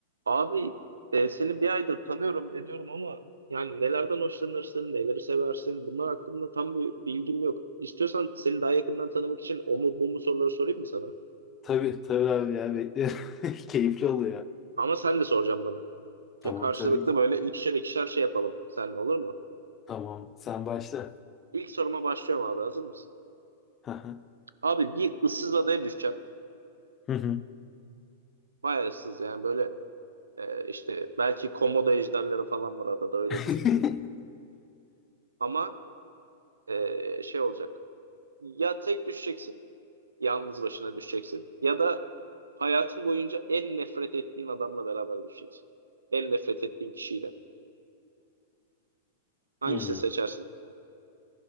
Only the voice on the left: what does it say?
Tabii tabii abi ya beklerim. <laughs> Keyifli oluyor.
Tamam
tabii ki.
Tamam sen başla.
Hı hı.
Hı hı.
<laughs>
Hmm.